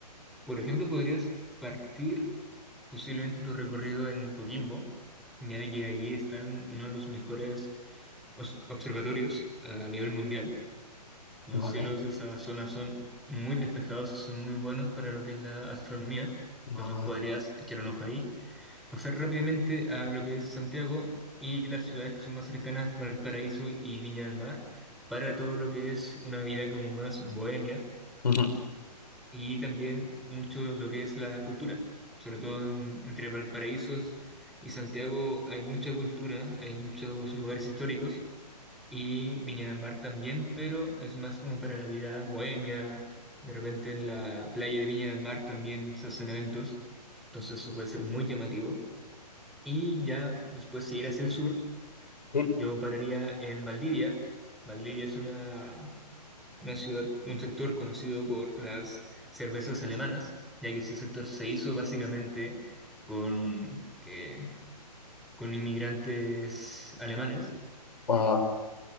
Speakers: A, in the centre; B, on the left.
A: Por ejemplo, podrías partir posiblemente tu recorrido en Coquimbo, ya de que ahí están uno de los mejores os- observatorios a nivel mundial. Los
B: Vale.
A: cielos de esa zona son muy despejados y son muy buenos para lo que es la astronomía.
B: Guau.
A: Entonces podrías echar un ojo ahí, pasar rápidamente a lo que es Santiago y las ciudades que son más cercanas, Valparaíso y Viña del Mar, para todo lo que es una vida como más bohemia
B: Ujú.
A: y también mucho lo que es la cultura, sobre todo en- entre Valparaíso y Santiago hay mucha cultura, hay muchos lugares históricos y Viña del Mar también, pero es más como para la vida bohemia, de repente en la playa de Viña del Mar también se hacen eventos, entonces eso puede ser muy llamativo. Y ya después si ir hacia el sur,
B: Sí.
A: yo pararía en Valdivia. Valdivia es una una ciudad, un sector conocido por las cervezas alemanas, ya que ese sector se hizo básicamente con, eh, con inmigrantes alemanes.
B: Ah,